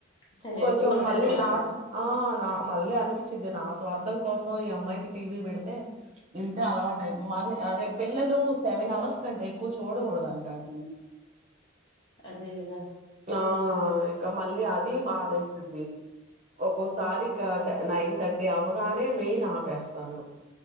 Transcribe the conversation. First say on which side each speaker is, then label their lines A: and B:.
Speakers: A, on the left; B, on the right.
A: సైలెంట్
B: కొంచెం
A: ఉంటదన్నమాట
B: మళ్ళీ నాశం ఆ నా మళ్ళీ అనిపిచ్చిద్ది నా సో అర్థం కోసం ఈ అమ్మాయికి టీవీ పెడితే ఇంతే అలవాటై మ అదే పిల్లలు సెవెన్ అవర్స్ కంటే ఎక్కువ చూడకూడదంట టీ వీ
A: అదే కదా
B: ఆ ఇక మళ్ళీ అది బాదేస్తుంది ఒక్కోసారి కే సి నైన్ థర్టీ అవ్వగానే మెయిన్ ఆపేస్తాను